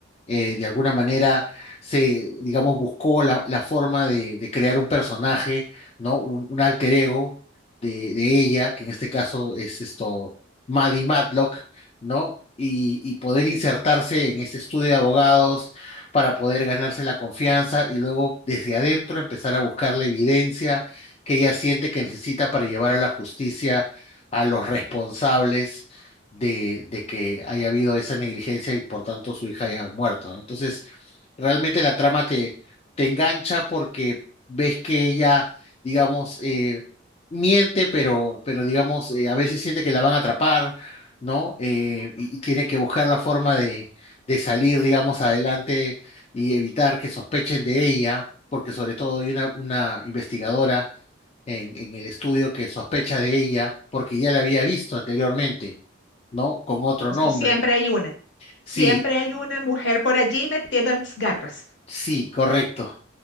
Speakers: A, on the left; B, on the left.
A: eh, de alguna manera se, digamos, buscó la, la forma de, de crear un personaje, ¿no? Un, un alter ego de, de ella, que en este caso es esto, Maddie Matlock, ¿no? Y, y poder insertarse en ese estudio de abogados para poder ganarse la confianza y luego desde adentro empezar a buscar la evidencia que ella siente que necesita para llevar a la justicia a los responsables de, de que haya habido esa negligencia y por tanto su hija haya muerto, ¿no? Entonces, realmente la trama te, te engancha porque ves que ella, digamos, eh, miente, pero, pero digamos, eh, a veces siente que la van a atrapar, ¿no? Eh, y, y tiene que buscar la forma de, de salir, digamos, adelante y evitar que sospechen de ella, porque sobre todo hay una, una investigadora en, en el estudio que sospecha de ella porque ya la había visto anteriormente. ¿no? Con otro
B: Es
A: nombre.
B: que siempre hay una. Siempre
A: Sí,
B: hay una mujer por allí metiendo las garras.
A: sí, correcto.